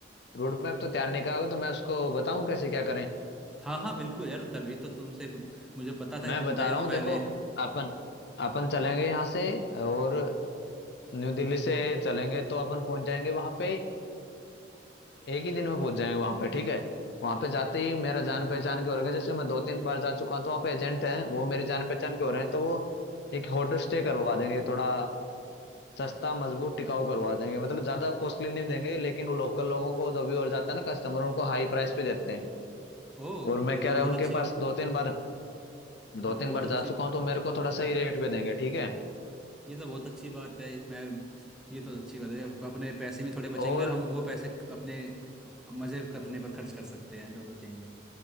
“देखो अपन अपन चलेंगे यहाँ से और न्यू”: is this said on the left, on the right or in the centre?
Left